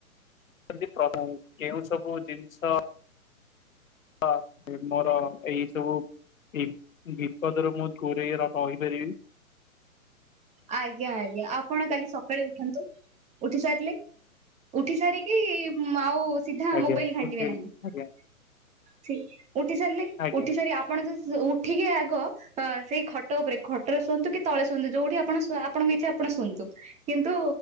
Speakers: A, on the left (about 65°); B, on the right (about 15°).
A: କେଉଁ ସବୁ ଜିନ୍ଷ ହ ମୋର ଏଇ ସବୁ ଏଇ ବିପଦରେ ମୁଁ ଜୋରେଇ ର ର କହିପାରିବି।
B: ଆଜ୍ଞା, ଆଜ୍ଞା ଆପଣ କାଲି ସକାଳେ ଉଠନ୍ତୁ। ଉଠି ସାରିଲେ। ଉଠି ସାରିକି ଆଉ ସିଧା
A: ଆଜ୍ଞା
B: ମୋବାଇଲ ଘାଣ୍ଟିବେ
A: ଆଜ୍ଞା
B: ନାହିଁ।
A: ଆଜ୍ଞା
B: ଉଠି ସାରିଲେ
A: ଆଜ୍ଞା
B: ଉଠି ସାରି ଆପ୍ ଆପଣ ଯ ଉଠିକି ଆଗ ଅ ସେଇ ଖଟ ଉପରେ ଖଟ ରେ ଶୁଅନ୍ତୁ କି ତଳେ ଶୁଅନ୍ତୁ ଯୋଉଠି ଆପଣ ଆପଣଙ୍କ ଏ ଆପଣ ଶୁଅନ୍ତୁ। କିନ୍ତୁ